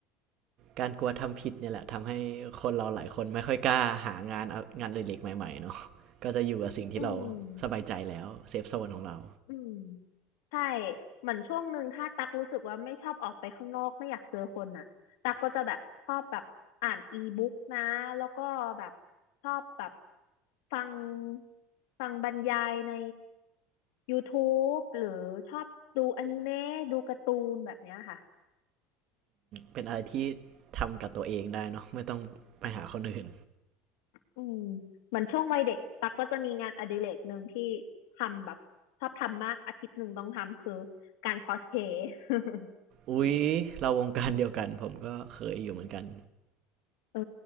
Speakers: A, on the right (about 50°); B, on the left (about 80°).
A: การกลัวทำผิดเนี่ยแหละทำให้คนเราหลายคนไม่ค่อยกล้าหางานองานอดิเล็กใหม่ๆเนาะก็จะอยู่กับสิ่งที่เรา
B: อืม
A: สบายใจแล้วเซฟโซนของเรา
B: อืมใช่เหมือนช่วงหนึ่งถ้าตักรู้สึกว่าไม่ชอบออกไปข้างนอกไม่อยากเจอคนน่ะตักก็จะแบบชอบแบบอ่านอีบุ๊กนะแล้วก็แบบชอบแบบฟังฟังบรรยายใน YouTube หรือชอบดูอนิเมะดูการ์ตูนแบบเนี้ยค่ะ
A: เป็นอะไรที่ทำกับตัวเองได้เนาะไม่ต้องไปหาคนอื่น
B: อืมเหมือนช่วงวัยเด็กตักก็จะมีงานอดิเรกหนึ่งที่ทำแบบชอบทำมากอาทิตย์หนึ่งต้องทำคือการคอสเพลย์ <laughs>
A: อุ๊ยเราวงการเดียวกันผมก็เคยอยู่เหมือนกัน
B: เออ